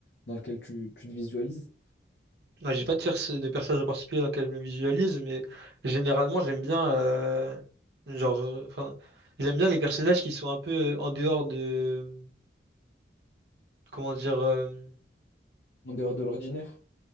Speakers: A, on the left; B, on the right.
A: dans lequel tu, tu te visualises,
B: Ouais, j'ai pas de, perso de personnage en particulier dans lequel je me visualise, mais généralement, j'aime bien, euh, genre, euh, enfin, j'aime bien les personnages qui sont un peu euh, en dehors de, comment dire, euh,
A: en dehors de l'ordinaire,